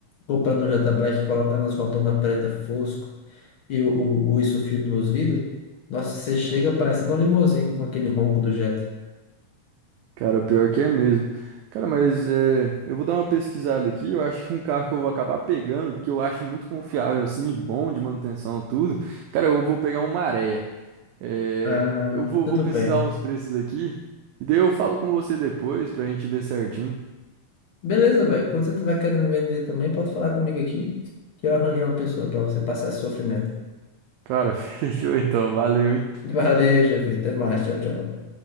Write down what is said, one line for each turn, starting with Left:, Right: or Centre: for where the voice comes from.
Left: comprando um Jetta Black, colocando as rodonas preta fosco e o, o, o isso firme nos vidros, nossa, você chega parecendo uma limousine com aquele ronco do Jetta.
Right: Cara, o pior que é mesmo. Cara, mas é, eu vou dar uma pesquisada aqui. Eu acho que um carro que eu vou acabar pegando, que eu acho muito confiável, assim, e bom de manutenção, tudo. Cara, eu vou pegar um Maré. É,
Left: Ah,
Right: eu vou,
Left: tudo
Right: vou pesquisar
Left: bem.
Right: uns preços aqui e daí eu falo com você depois pra gente ver certinho.
Left: Beleza, velho. Quando você tiver querendo vender também, pode falar comigo aqui, que eu arranjo uma pessoa para você passar esse sofrimento.
Right: Cara, <laughs> fechou então, valeu, hein?
Left: Valeu, Jeff. Até mais. Tchau, tchau.